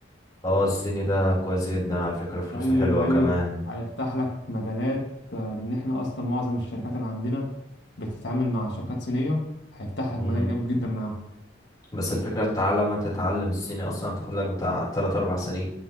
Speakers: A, on the left; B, on the left.
A: اه الصيني ده كويس جدا على فكرة فلوسه
B: قال لي
A: حلوة
B: قال
A: كمان
B: لي هيفتح لك مجالات آه، لان احنا اصلا معظم الشركات اللي عندنا بتتعامل مع شركات صينيه هيفتح
A: مم.
B: لك مجال جامد جدا معاهم
A: بس الفكرة انت على ما تتعلم الصيني اصلا هتاخدلك بتاع تلات اربع سنين